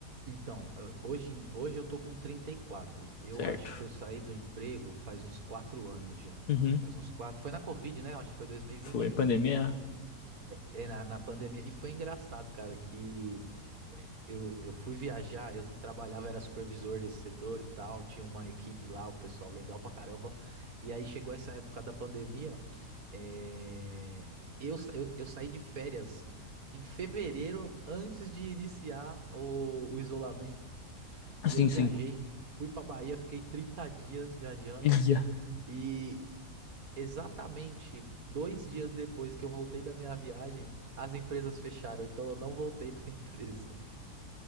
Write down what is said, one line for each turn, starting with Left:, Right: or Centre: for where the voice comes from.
Right: Então, eu- hoje, em- hoje eu tô com trinta e quatro Eu
Left: Certo.
Right: acho que eu saí do emprego faz uns 4 anos já.
Left: Uhum.
Right: Faz uns quatro Foi na Covid, né? Eu acho que foi dois mil e e
Left: Foi
Right: vinte
Left: pandemia?
Right: e um É, na, na pandemia. E foi engraçado, cara, que é, eu, eu fui viajar, eu trabalhava, era supervisor desse setor e tal, tinha uma equipe lá, um pessoal legal pra caramba. E aí chegou essa época da pandemia, é, eu, sa- eu, eu saí de férias em fevereiro, antes de iniciar o, o isolamento. E
Left: Sim,
Right: eu viajei,
Left: sim.
Right: fui pra Bahia, fiquei 30 dias viajando.
Left: Ia.
Right: E Exatamente dois dias depois que eu voltei da minha viagem, as empresas fecharam, então eu não voltei para a empresa. <laughs>